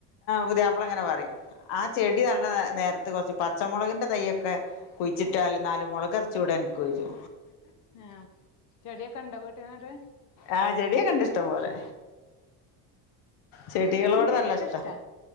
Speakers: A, on the left (about 75°); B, on the left (about 45°).
A: പുതിയാപ്പള ഇങ്ങനെ പറയും ആ ചെടി നട നേരത്ത് കുറച്ച് പച്ചമുളകിൻ്റെ തൈയൊക്കെ കുഴിച്ചിട്ടാലും നാല് മുളകർചൂടെ അൻക്ക്ഓയ്ച്ചു
B: ആ ചെടിയൊക്കെ ണ്ട വീട്ടനട്
A: ആഹ് ചെടിയൊക്കെ ഇണ്ട് ഇഷ്ടം പോലെ ചെടികളോട്
B: എനിക്കും ചെടിയൊക്കെ
A: നല്ല ഇഷ്ട
B: ഇഷ്ടാ